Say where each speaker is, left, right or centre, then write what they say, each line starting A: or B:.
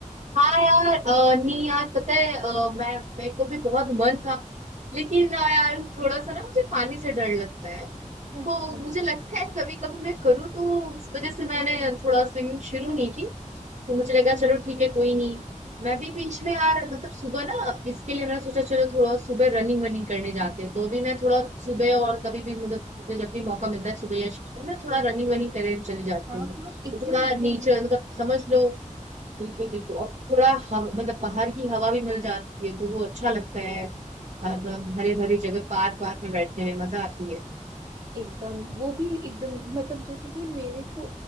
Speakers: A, on the right; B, on the right.
A: हाँ यार अ, नहीं यार पता है अ, मैं मेरे को भी बहुत मन था लेकिन ना यार थोड़ा सा ना मुझे पानी से डर लगता है
B: अच्छा
A: तो मुझे लगता है कभी कभी मैं करूँ तो इस वजह से मैंने थोड़ा स्विमिंग शुरू नहीं की तो मुझे लगा चलो ठीक है कोई नहीं मैं भी बीच में यार मतलब सुबह ना इसके लिए मैंने सोचा चलो थोड़ा सुबह रनिंग वनिंग करने जाते हैं तो भी मैं थोड़ा सुबह और कभी भी मतलब मुझे जब भी मौका मिलता है सुबह या शाम को मैं थोड़ा रनिंग वनिंग करने चली जाती
B: हाँ
A: हूँ
B: हाँ
A: तो
B: एकदम
A: थोड़ा
B: एकदम
A: नेचर मतलब समझ लो बिल्कुल बिल्कुल और थोड़ा हवा मतलब बाहर की हवा भी मिल जाती है तो वो अच्छा लगता है और हरे भरे जगह पार्क वार्क में बैठने में मजा आती है
B: एकदम वो भी एकदम मतलब जैसे कि मेरे को